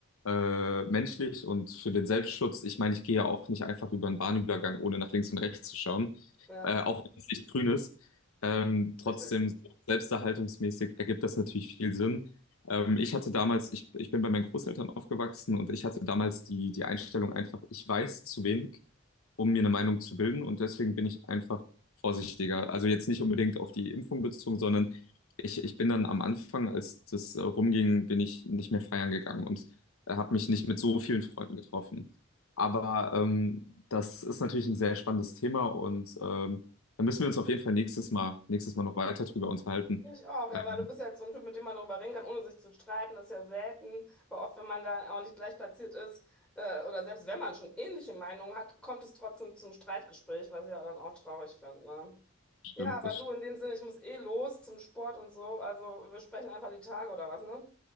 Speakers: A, on the left; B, in the centre.
A: äh, menschlich und für den Selbstschutz. Ich meine, ich gehe ja auch nicht einfach über einen Bahnübergang, ohne nach links und rechts zu schauen,
B: ja,
A: äh, auch wenn es nicht grün ist. Ähm, trotzdem,
B: richtig.
A: so selbsterhaltungsmäßig ergibt das natürlich viel Sinn. Ähm, ich hatte damals, ich, ich bin bei meinen Großeltern aufgewachsen und ich hatte damals die, die Einstellung einfach, ich weiß zu wenig, um mir eine Meinung zu bilden und deswegen bin ich einfach vorsichtiger. Also jetzt nicht unbedingt auf die Impfung bezogen, sondern ich, ich bin dann am Anfang, als das äh, rumging, bin ich nicht mehr feiern gegangen und äh, habe mich nicht mit so vielen Freunden getroffen. Aber ähm, das ist natürlich ein sehr spannendes Thema und ähm, da müssen wir uns auf jeden Fall nächstes Mal, nächstes Mal noch weiter drüber unterhalten.
B: Ich auch,
A: Ähm,
B: ja, weil du bist ja jetzt so ein Typ, mit dem man darüber reden kann, ohne sich zu streiten, das ist ja selten, weil oft, wenn man da auch nicht gleich platziert ist, äh, oder selbst wenn man schon ähnliche Meinungen hat, kommt es trotzdem zum Streitgespräch, was ich ja dann auch traurig finde, ne?
A: stimmt,
B: Ja, aber
A: das
B: du, in dem Sinne, ich muss eh los zum Sport und so, also wir sprechen einfach die Tage oder was, ne?